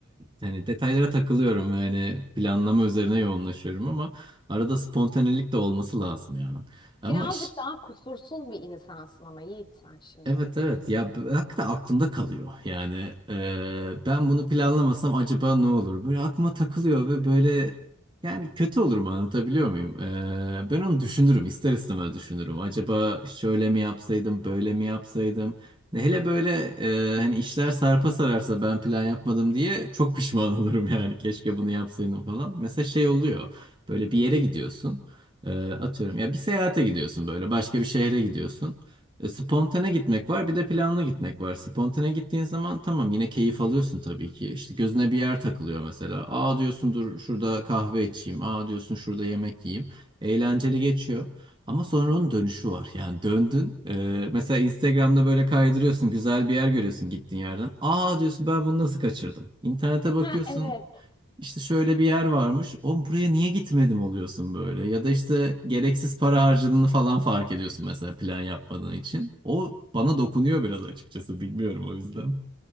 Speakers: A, on the right; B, on the left.
A: yani detaylara takılıyorum yani planlama üzerine yoğunlaşıyorum ama arada spontanelik de olması lazım ya. Ama
B: Birazcık
A: iş,
B: daha kusursuz bir insansın ama Yiğit sen şimdi.
A: Evet evet ya b- hakikaten aklımda kalıyor yani e, ben bunu planlamasam acaba ne olur böyle aklıma takılıyor ve böyle yani kötü olur mu anlatabiliyor muyum E, ben onu düşünürüm ister istemez düşünürüm acaba şöyle mi yapsaydım böyle mi yapsaydım ne hele böyle e, hani işler sarpa sararsa ben plan yapmadım diye çok pişman <laughs> olurum yani keşke bunu yapsaydım falan mesela şey oluyor böyle bir yere gidiyorsun E, atıyorum ya bir seyahate gidiyorsun böyle başka bir şehre gidiyorsun e, Spontane gitmek var, bir de planlı gitmek var. Spontane gittiğin zaman tamam yine keyif alıyorsun tabii ki. İşte gözüne bir yer takılıyor mesela. Aa diyorsun dur şurada kahve içeyim. Aa diyorsun şurada yemek yiyeyim. Eğlenceli geçiyor. Ama sonra onun dönüşü var. Yani döndün. e, mesela Instagram'da böyle kaydırıyorsun. Güzel bir yer görüyorsun gittiğin yerden. Aa diyorsun ben bunu nasıl kaçırdım? İnternete bakıyorsun.
B: Ha evet.
A: İşte şöyle bir yer varmış. Oğlum buraya niye gitmedim oluyorsun böyle. Ya da işte gereksiz para harcadığını falan fark ediyorsun mesela plan yapmadığın için. O bana dokunuyor biraz açıkçası. Bilmiyorum o yüzden.